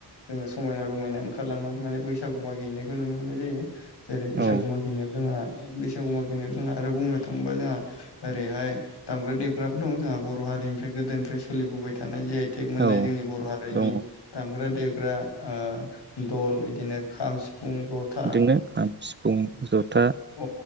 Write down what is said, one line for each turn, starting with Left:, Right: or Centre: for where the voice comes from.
Left: जोङो समायना रमायना ओंखारलांनानै माने बैसागु मागिहैनायखौ नुनो मोननाय जायो जेरै बैसागु
Right: औ
Left: मागिनायाव जोंहा बैसागु मागिनायाव जोंहा आरो बुंनो थाङोबा जोंहा ओरैहाय दामग्रा देग्राबो दं जोंहा बर हार रिनिफ्राय गोदोनिफ्राय सोलिबोबाय थानाय जि आइ टेक मोननाय
Right: औ
Left: जोंनि बर हारिनि
Right: दङ
Left: दामग्रा देग्रा ओ दल बिदिनो खाम सिफुं जथा
Right: बिदिनो खाम सिफुं जथा
Left: अ